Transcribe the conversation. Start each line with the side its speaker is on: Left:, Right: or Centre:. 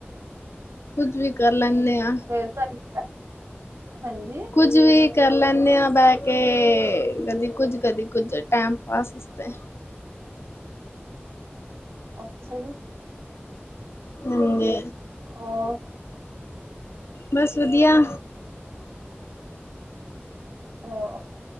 Left: ਕੁੱਝ ਵੀ ਕਰ ਲੈਂਣੇ ਆਂ।
Right: ਫੇਰ ਤਾਂ ਠੀਕ ਐ, ਹਾਂਜੀ
Left: ਕੁਝ ਵੀ ਕਰ ਲੈਂਣੇ ਆਂ ਬੈ ਕੇ, ਕਦੀ ਕੁੱਝ-ਕਦੀ ਕੁੱਝ ਟੈਮ ਪਾਸ ਆਸਤੇ
Right: ਅੱਛਾ ਜੀ।
Left: ਹਾਂਜੀ।
Right: ਔਰ
Left: ਬਸ ਵਧੀਆ।
Right: ਆਂ-